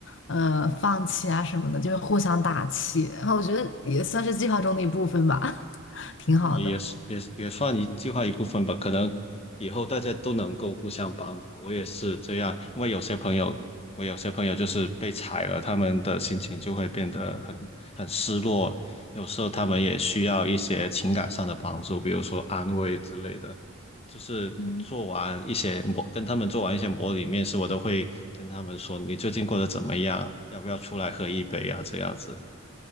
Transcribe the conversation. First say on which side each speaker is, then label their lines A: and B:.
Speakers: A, on the left (about 65°); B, on the left (about 30°).
A: 呃放弃啊什么的，就是互相打气，然后我觉得也算是计划中的一部分吧，<laughs> 挺好的。
B: 嗯也是也是也算一计划一部分吧。可能以后大家都能够互相帮忙。我也是这样，因为有些朋友，我有些朋友就是被踩了，他们的心情就会变得很很失落。有时候他们也需要一些情感上的帮助，比如说安慰之类的。就是做完一些模，
A: 嗯，
B: 跟他们做完一些模拟面试，我都会跟他们说你最近过得怎么样，要不要出来喝一杯啊？这样子。